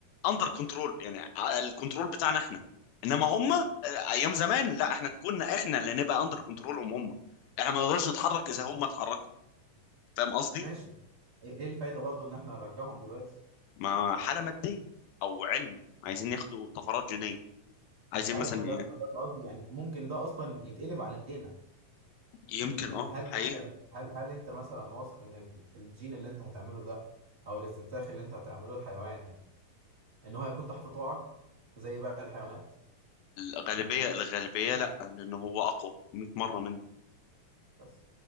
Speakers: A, on the left; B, on the right.
A: اندر كنترول يعني الكنترول بتاعنا احنا انما هم ايام زمان لا احنا كنا احنا اللي نبقى اندر كنترولهم هم احنا ما نقدرش نتحرك اذا هم اتحركوا فاهم قصدي؟
B: ماشي ايه إيه الفايده برضو ان احنا نرجعهم دلوقتي
A: ما حالة مادية او علم عايزين ياخدوا طفرات جينية عايزين
B: ايوه
A: مثلا
B: ما ده
A: ي-
B: ما ده القصد يعني ممكن ده اصلا يتقلب علينا
A: يمكن
B: يعني
A: اه
B: هل
A: حقيقة
B: مثلا هل هل انت مثلا واثق ان ال- الجين اللي انت هتعمله ده او الاستنساخ اللي انت هتعمله الحيوان ان هو هيكون تحت طوعك زي باقي الحيوانات
A: الغالبية الغالبية لا لان هو اقوى 100 مرة
B: بس